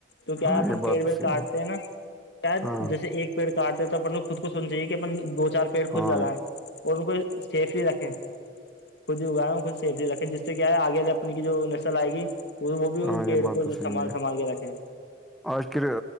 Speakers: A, on the left; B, in the centre.
A: تو کیا
B: ہاں
A: ہے اپن
B: یہ بات
A: پیڑ
B: تو
A: وڑ
B: صحیح
A: کاٹتے ہے نا شاید
B: ہاں
A: جیسے ایک پیڑ کاٹتے ہیں تو اپن خود کو سننا چاہے کہ اپن دو چار پیڑ
B: ہاں
A: خود لگائیں اور ان کو سیفلی رکھیں خود ہی اگائے خود سیفلی رکھیں جس سے کیا ہے آگے اپنے کی جو نسل آئے گی وہ بھی ان
B: ہاں یہ
A: پیڑ
B: بات
A: کو
B: تو
A: جو
B: صحیح
A: سنبال
B: ہے
A: سنبھال کے رکھیں
B: آج کے